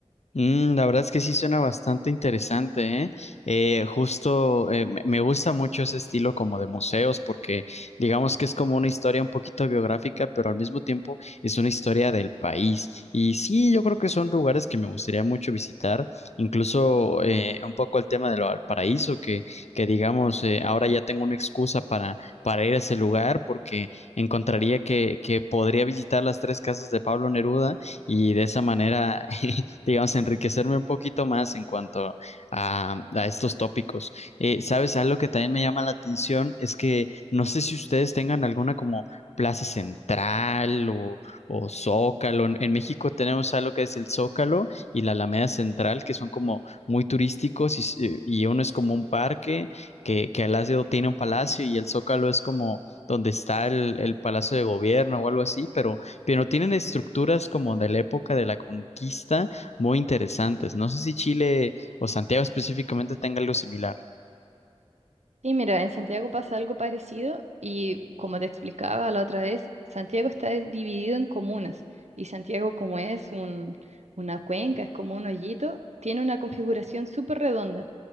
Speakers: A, on the left; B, on the right.
A: Mm, la verdad es que sí suena bastante interesante, ¿eh? Eh, justo eh, me me gusta mucho ese estilo como de museos porque digamos que es como una historia un poquito biográfica, pero al mismo tiempo es una historia del país. Y sí, yo creo que son lugares que me gustaría mucho visitar, incluso eh, un poco el tema de lo del paraíso, que, que digamos, eh, ahora ya tengo una excusa para, para ir a ese lugar porque encontraría que, que podría visitar las tres casas de Pablo Neruda y de esa manera <laughs> digamos, enriquecerme un poquito más en cuanto a, a estos tópicos. Eh, ¿sabes? Algo que también me llama la atención es que no sé si ustedes tengan alguna como Plaza Central o, o Zócalo. En, en México tenemos algo que es el Zócalo y la Alameda Central, que son como muy turísticos y, eh, y uno es como un parque que, que al lado tiene un palacio y el Zócalo es como donde está el, el Palacio de Gobierno o algo así, pero, pero tienen estructuras como de la época de la conquista muy interesantes. No sé si Chile o Santiago específicamente tenga algo similar.
B: Y mira, en Santiago pasa algo parecido y como te explicaba la otra vez, Santiago está dividido en comunas y Santiago como es un, una cuenca, es como un hoyito, tiene una configuración súper redonda.